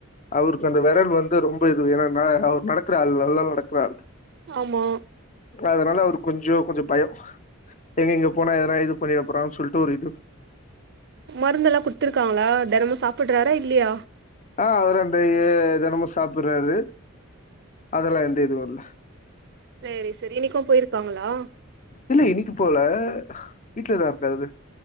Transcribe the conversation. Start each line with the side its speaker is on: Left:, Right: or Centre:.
Left: அவருக்கு அந்த விரல் வந்து ரொம் ப இது ஏனா அவர் நடக்கற நல்லா நடக்கற ஆள்
Right: ஆமா
Left: அதனால அவரு கொஞ்சோ கொஞ்ச பயோ எங்க இங்க போனா எதனா இது பண்ணிட போறான் சொல்ட்டு ஒரு இது
Right: மருந்தெல்லா குடுத்துருக்காங்களா தெனமு சாப்ட்றாரா இல்லையா
Left: ஆஹ் அதல்லா அந்த டெய்யி தினமு சாப்பிட்றாரு அதெல்லா எந்த இதுவு இல்ல
Right: சேரி சேரி இன்னைக்கு போயிருக்காங்களா
Left: இல்ல இன்னைக்கு போல வீட்லதா இருக்காரு